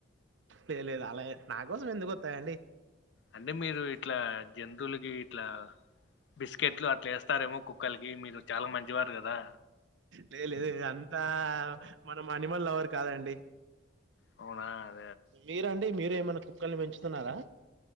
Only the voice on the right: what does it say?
లేలేదు అలా నా కోసం ఎందుకు వస్తయండి
లే లేదు అంతా మనం అనిమల్ లవర్ కాదండి
మీరండి మీరు ఏమన్న కుక్కల్ని పెంచుతున్నరా